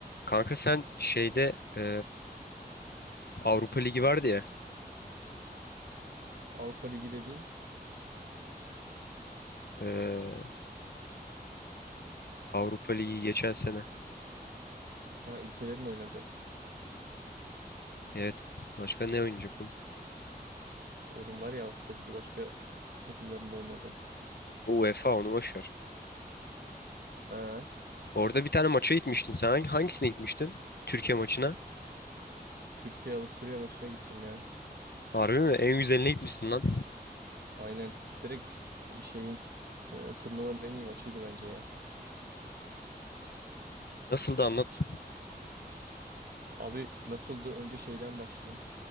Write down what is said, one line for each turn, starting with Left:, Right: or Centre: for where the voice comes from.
Left: Kanka sen şeyde e, Avrupa Ligi vardı ya.
Right: Avrupa Ligi dediğin
Left: e, Avrupa Ligi geçen sene.
Right: ha, ülkelerin oynadı.
Left: Evet. Başka ne oynayacak oğlum?
Right: Oğlum var ya Avrupa Ligi başka takımların da oynadı.
Left: O UEFA onu boş ver.
Right: Ha,
Left: Orada bir tane maça gitmiştin sen. Hangi- Hangisine gitmiştin? Türkiye maçına.
Right: Türkiye Avusturya maçına gittim ya.
Left: Harbi mi? En güzeline gitmişsin lan.
Right: Aynen. Direkt e, şeyin e, turnuvanın en iyi maçıydı bence ya.
Left: Nasıl da anlat.
Right: Abi nasıldı? Önce şeyden başlayayım.